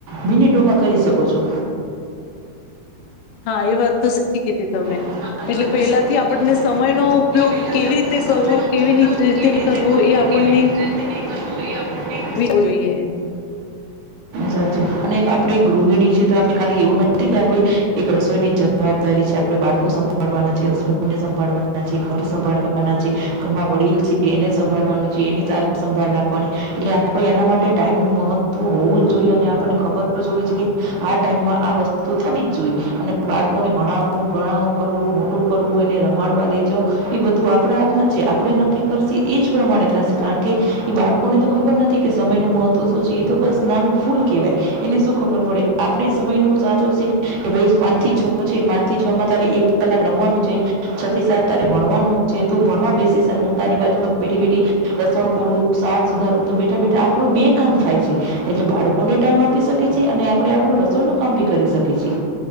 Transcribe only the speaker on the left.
હા એ વાત તો સાચી કીધી. તમે
એટલે
પેલાથી
આપણને
સમય નો ઉપયોગ
કેવી રીતે
કરવો, કેવી
રીતે
કરવો એ આપણને
વિ જોઈએ એમ.